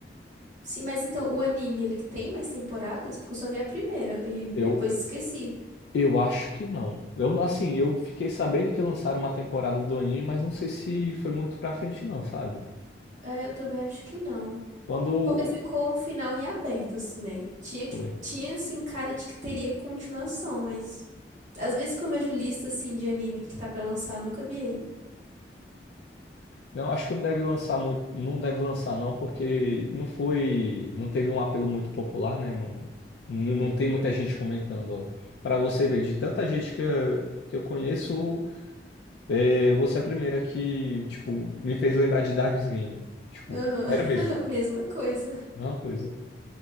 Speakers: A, on the right; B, on the left.
A: Sim, mas então o anime, ele tem mais temporadas? Porque eu só vi a primeira e depois
B: Eu,
A: esqueci.
B: eu acho que não. Eu, assim, eu fiquei sabendo que lançaram uma temporada do anime, mas não sei se foi muito pra frente, não, sabe?
A: É, eu também acho que não.
B: Quando.
A: Porque ficou um final em aberto, assim, né? Tinha que,
B: Foi.
A: tinha, assim, cara de que teria continuação, mas às vezes que eu vejo lista, assim, de anime que tá pra lançar, eu nunca vi ele.
B: Não, acho que não deve lançar muito, não deve lançar não, porque não foi, não teve um apelo muito popular, né? Não, n- não
A: Uhum,
B: tem muita gente comentando. Para você ver, de tanta gente que eu, que eu conheço, é, você é a primeira que, tipo, me fez lembrar de Darwin's Game. Tipo,
A: aham,
B: sério mesmo,
A: <laughs> mesma coisa.
B: é uma coisa.